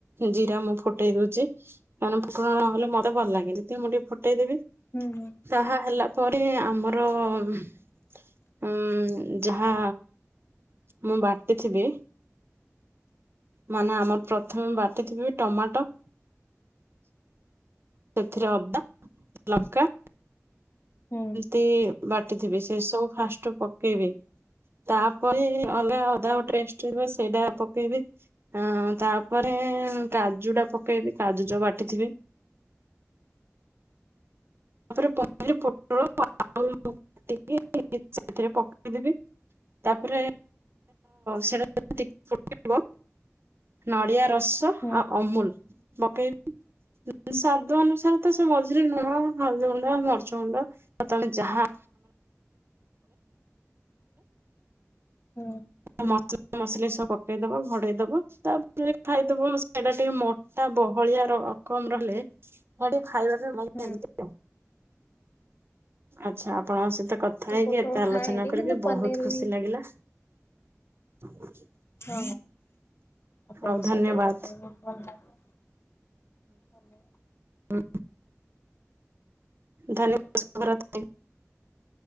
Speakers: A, on the right; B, on the left.
A: ଜିରା ମୁଁ ଫୁଟେଇ ଦଉଚି ନନେ ଫୁଟଣ ନହେଲେ ମ ତ ଭଲ ଲାଗେ, ଦ୍ବିତୀୟ ମୁଁ ଟିକେ ଫୁଟେଇଦେବି।
B: ହୁଁ ହୁଁ
A: ତାହା ହେଲା ପରେ ଆମର ଉଁ, ଉଁ, ଯାହା ମୁଁ ବାଟି ଥିବି ମାନେ ଆମର ପ୍ରଥମେ ବାଟି ଥିବି ଟମାଟୋ ସେଥିରେ ଅଦା, ଲଙ୍କା
B: ହୁଁ
A: ତି ବାଟିଥିବେ ସେ ସବୁ ଫାଷ୍ଟ ପକେଇବେ। ତାପରେ ଅଲଗା ଅଦା ଟେଷ୍ଟ ସେଇଟା ପକେଇବେ। ଅଁ ତାପରେ କାଜୁ ଟା ପକେଇବି, କାଜୁ ଯୋଉ ବାଟିଥିବେ। ତାପରେ ପନିର ପୋଟଳ ଆୟ କାଟିକି ସେଇଥିରେ ପକେଇଦେବେ। ତାପରେ ସେଟା <unintelligible> ନଡ଼ିଆ ରସ ତ
B: ହୁଁ
A: ଆଉ ଅମୁଲ ପକେଇବି, ସ୍ଵାଦ ଅନୁସାରେ ତ ସେ ମଝିରେ ଲୁଣ ହଳଦୀ ଗୁଣ୍ଡ, ମରିଚ୍ ଗୁଣ୍ଡ ଆଉ ତମେ ଯାହା
B: ହୁଁ।
A: ମସଲା ମସଲି ସବୁ ପକେଇଦବ, ଭୋଡେଇ ଦବ, ତାପରେ ଖାଇଦବ, ସେଇଟା ଟିକେ ମ ଟା ବହଳିଆ ରକମ୍ ରହିଲେ, ସେଟା ଖାଇବାରେ ଭାଗିଯାନ୍ତି।
B: ହୁଁ
A: ଆଚ୍ଛା ଆପଣଙ୍କ ସହିତ
B: ହୁଁ
A: କଥା
B: ତୁ
A: ହେଇକି,
B: ପୋଟଳ
A: ଏତେ ଆଲୋଚନା
B: ଖାଏନି
A: କରିକି
B: କିନ୍ତୁ ପନିର
A: ବହୁତ ଖୁସି
B: ବି
A: ଲାଗିଲା। <inaudible>
B: ହଁ ଆପଣଙ୍କ
A: ଆଉ ଧନ୍ୟବାଦ।
B: ସହିତ ବି କଥା ହେଇ ବହୁତ୍ ଭଲ ଲାଗିଲା। ହମ
A: ହୁଁ ଧାନ ଚାଷ କରନ୍ତି।